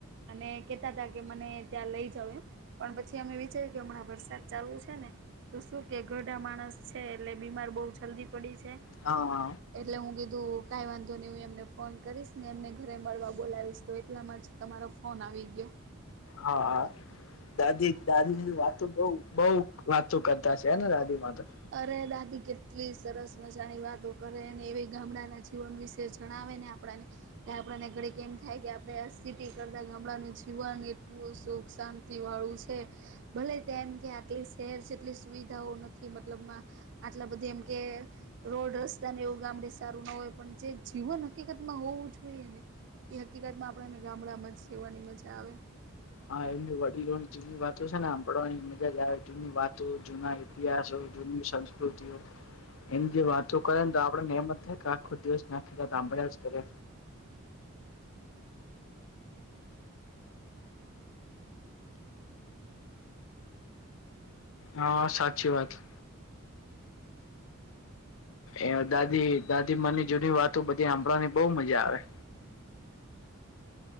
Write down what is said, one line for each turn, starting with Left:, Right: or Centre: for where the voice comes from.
Right: અને કેતા હતા કે મને ત્યાં લઈ જાાવ એમ પણ પછી અમે વિચાર્યું કે હમણાં વરસાદ ચાલુ છે ને તો શું કે ઘરડા માણસ છે એટલે બીમાર બહુ જલ્દી પડી જાય.
Left: હા
Right: એટલે હું કીધું કાઈ વાંધો નહી હું એમને ફોન કરીશ ને એમને ઘરે મળવા બોલાવીશ. તો એટલામાં જ તમારો ફોન આવી ગયો.
Left: હા દાદી દાદીની વાતો બઉ બઉ વાતો કરતા છેને દાદીમાં તો.
Right: અરે દાદી કેટલી સરસ મજાની વાતો કરે ને એવી ગામડાના જીવન વિશે જ જણાવેને આપણને કે આપણને ઘડી કે એમ થાય કે આપણે આ સીટી કરતા કે ગામડાનું જીવન એટલું સુખ શાંત તિ વાળું છે. ભલે તેમ કે આટલી શહેર છે એટલી સુવિધાઓ નથી મતલબમાં આટલા બધી એમ કે રોડ રસ્તા ને એવું ગામડે સારું ના હોય પણ જે જીવન હકીકત માં હોવું જોઈએ ને એ હકીકતમાં આપણને ગામડામાં જ સેવવાની મજા આવે.
Left: હા એમની વડીલોની જૂની વાતો છે ને સાંભળવાની મજાજ આવે જૂની વાતો જૂના ઇતિહાસો જુની સંસ્કૃતિઓ એની જે વાતો કરે ને તો આપડને એમ જ થાય કે આખો દિવસને આખી રાતો સાંભળ્યા જ કરે. હા સાચી વાત. એ દાદી દાદી માંની જૂની વાતો બધી હાભળવાની બહુ મજા આવે.